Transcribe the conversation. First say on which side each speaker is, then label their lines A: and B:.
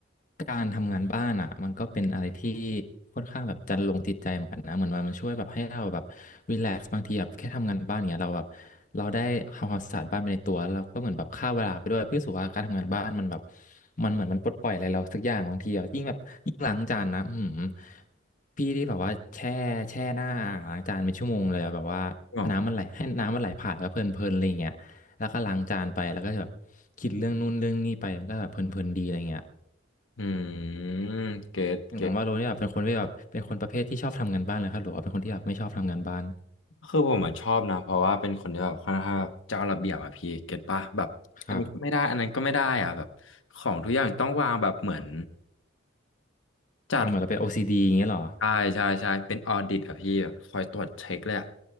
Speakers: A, on the left; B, on the left.
A: การทำงานบ้านอ่ะมันก็เป็นอะไรที่ค่อนข้างแบบจันลงจิตใจเหมือนกันนะเหมือนว่ามันช่วยแบบให้เราแบบรีแลกซ์บางทีแบบแค่ทำงานบ้านเงี้ยเราแบบเราได้ทำความสะอาดบ้านไปในตัวแล้วเราก็เหมือนแบบฆ่าเวลาไปด้วยพี่รู้สึกว่าการทำงานบ้านมันแบบมันเหมือนมันปลดปล่อยอะไรเราสักอย่างบางทีอะยิ่งแบบยิ่งล้างจานนะอืมพี่ที่แบบว่าแช่แช่หน้าอ่างล้างจานเป็นชั่วโมงเลยอะแบบว่า
B: ำหรอ
A: น้ำมันไหลให้น้ำมันไหลผ่านแล้วก็เพลินๆอะไรอย่างเงี้ย แล้วก็ล้างจานไปแล้วก็แบบคิดเรื่องนู่นเรื่องนี่ไปมันก็แบบเพลินๆดีอะไรเงี้ย
B: อืมเกตเก
A: อย่างว่าโรนี่แบบเป็นคนที่แบบเป็นคนประเภทที่ชอบทำงานบ้านเลยครับหรือว่าเป็นคนที่แบบไม่ชอบทำงานบ้าน
B: คือผมอะชอบนะเพราะว่าเป็นคนที่แบบค่อนข้างแบบเจ้าระเบียบอะพี่เก็ตปะแบบอันนี้ก็ไม่ได้อันนั้นก็ไม่ได้อะแบบของทุกอย่างต้องวางแบบเหมือน
A: ครับ
B: จัด
A: เอาเหมือนเราเป็น OCD อซีดีอย่างเงี้ยเหรอ
B: ใช่ใช่ใช่เป็นออดิตอะพี่แบบคอยตรวจเช็คเลยอะ